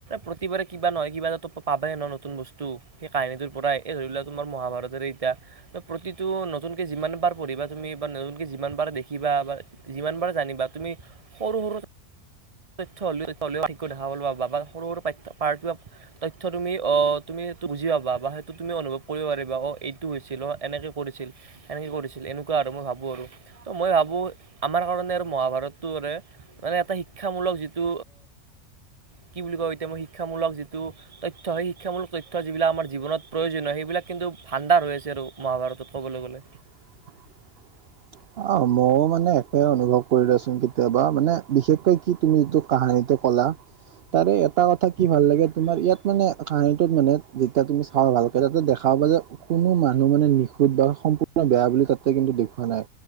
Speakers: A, on the right (about 25°); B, on the right (about 55°).
A: প্ৰতিবাৰে কিবা নহয় কিবা এটাতো পাবায়ে ন' নতুন বস্তু সেই কাহিনীটোৰ পৰাই, এই ধৰি লোৱা তোমাৰ মহাভাৰতৰ সেইটা, প্ৰতিটো নতুনকে যিমানবাৰ পঢ়িবা তুমি বা নতুনকে যিমানবাৰ দেখিবা বা যিমানবাৰ জানিবা তুমি সৰু সৰু তথ্য হ'লেও তথ্য হ'লেও <unintelligible> পাবা সৰু সৰু <unintelligible> তথ্য তুমি, অ, তুমি বুজি পাবা সেইটো তুমি অনুভৱ কৰিব পাৰিবা অ', এইটো হৈছিল অ', এনেকে কৰিছিল এনেকে কৰিছিল এনু আৰু মই ভাবোঁ আৰু ত' মই ভাবোঁ আমাৰ কাৰণে আৰু মহাভাৰতটো মানে এটা শিক শিক্ষামূলক যিটো কি বুলি কয় এতিয়া মই শিক্ষামূলক যিটো তথ্য, সেই শিক্ষামূলক তথ্য যিবিলাক আমাৰ জীৱনত প্ৰয়োজনীয় সেইবিলাক সেইবিলাক কিন্তু ভাণ্ডাৰ হৈ আছে আৰু মহাভাৰতত ক'বলৈ গ'লে।
B: <inaudible> অ', ময়ো মানে একে অনুভৱ কৰোঁ দিয়াছোন কেতিয়াবা মানে বিশেষকৈ কি তুমি ইটো কাহানীটো ক কলা তাৰে এটা কথা কি ভাল লাগে তোমাৰ ইয়াত মানে কাহানীটোত মানে যেতিয়া তুমি চাওঁ ভালকৰে তাতে দেখা পাবা যে কোনো মানুহ মানে নিখুধ বা সম্পূৰ্ণ বেয়া বুলি তাতে কিন্তু দেখোৱা নাই।